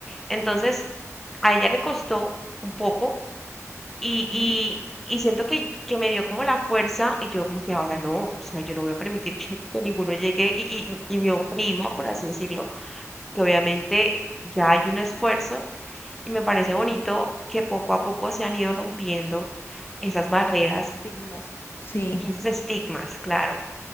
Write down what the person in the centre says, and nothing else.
Entonces, a ella le costó un poco y,
y, y siento que, que me dio como la fuerza y yo como que ahora no, o sea, yo no voy a permitir <laughs> que, que ninguno llegue y, y, y me oprima, por así decirlo, que obviamente ya hay un esfuerzo y me parece bonito que poco a poco se han ido rompiendo esas barreras
y esos estigmas, claro,